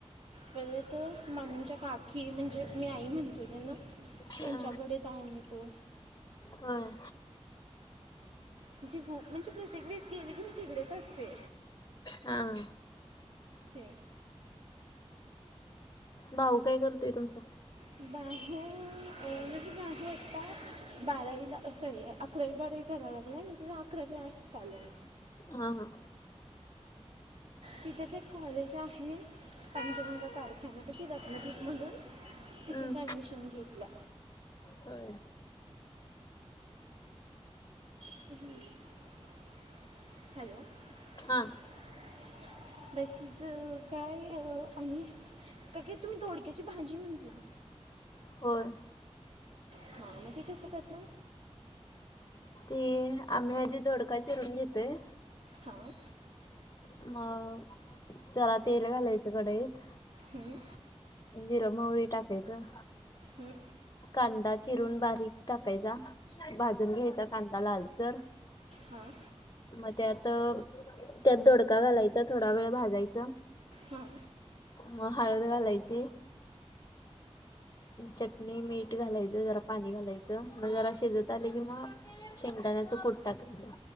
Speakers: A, on the right; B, on the left.
A: परत ममीच्या काकी म्हणजे मी आई म्हणते त्यांना त्यांच्याकडे
B: हा
A: जाऊन येतो,
B: होय
A: अशी खूप म्हणजे प्रत्येक वेळेस गेली कि मी तिकडेच असते
B: हा.
A: ते
B: भाऊ काय करतोय तुमचा
A: भाऊ म्हणजे गाडी नुकताचं बारावी सॉरी अकरावी बारावी कराय लागल्याय म्हणजे अकरावी आर्टस चालू आहे,
B: हा हा
A: तिथेच एक कॉलेज आहे, पंचगंगा कारखान्यातशी रतनदीप म्हणून तितंच
B: हम्म.
A: ऍडमिशन घेतलं,
B: होय
A: <unintelligible> हॅलो.
B: हा.
A: <inaudible> बाकीच काय आणि? काय, काय, तुम्ही दोडक्याची भाजी म्हटलां
B: होय.
A: हा, मग ते कसं करता?
B: ते आम्ही आधी दोडका चीरून घेतोय
A: हा.
B: मग, जरा तेल घालायचं कढईत
A: हं.
B: जिरं -मोहरी टाकयचं
A: ह्म.
B: कांदा चिरून बारीक टाकायचा. भाजून घ्यायचा कांदा, लालसर
A: हां.
B: मग त्यातं, त्यात दोडका घालायचा. थोडा वेळ भाजायचं
A: हं.
B: मग, हळद घालायची चटणी- मीठ घालायचं. जरा पाणी घालायचं. मग जरा शिजत आलं की, मग शेंगदाण्याचं कुट टाकायचं